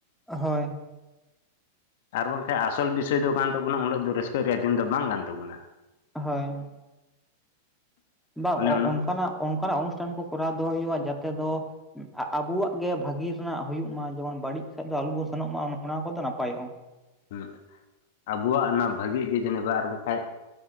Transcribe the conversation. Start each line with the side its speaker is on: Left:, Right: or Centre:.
Centre: ᱦᱳᱭ ᱾
Left: ᱟᱨ ᱵᱟᱝᱠᱷᱟᱡ ᱟᱥᱚᱞ ᱵᱤᱥᱚᱭ ᱫᱚ ᱠᱟᱱ ᱛᱟᱵᱚᱱᱟ ᱩᱱᱟᱹᱜ ᱫᱚ ᱨᱟᱹᱥᱠᱟᱹ ᱨᱮᱭᱟᱜ ᱫᱤᱱ ᱫᱚ ᱵᱟᱝ ᱠᱟᱱ ᱛᱟᱵᱩᱱᱟ ᱾
Centre: ᱦᱳᱭ ᱾ ᱵᱟᱝ
Left: ᱚᱱᱮ ᱩᱱᱟᱹᱜ
Centre: ᱚᱱᱠᱟᱱᱟᱜ ᱚᱱᱠᱟᱱᱟᱜ ᱚᱱᱩᱥᱴᱷᱟᱱ ᱠᱚ ᱠᱚᱨᱟᱣ ᱫᱚᱦᱚ ᱦᱩᱭᱩᱜᱼᱟ ᱡᱟᱛᱮ ᱫᱚ, ᱟᱵᱚᱣᱟᱜ ᱜᱮ ᱵᱷᱟᱹᱜᱤ ᱨᱮᱱᱟᱜ ᱦᱩᱭᱩᱜ ᱢᱟ ᱡᱮᱢᱚᱱ ᱵᱟᱹᱲᱤᱡ ᱥᱮᱫ ᱫᱚ ᱟᱞᱚᱵᱚᱱ ᱥᱮᱱᱚᱜ ᱢᱟ ᱚᱱᱟ ᱚᱱᱟ ᱠᱚᱫᱚ ᱱᱟᱯᱟᱭᱚᱜᱼᱟ ᱾
Left: ᱦᱢ <unintelligible> ᱟᱵᱚᱣᱟᱜ ᱚᱱᱟ ᱵᱷᱟᱹᱜᱤ ᱠᱤ ᱡᱟᱹᱱᱤ ᱵᱟᱨ ᱵᱟᱠᱷᱟᱡ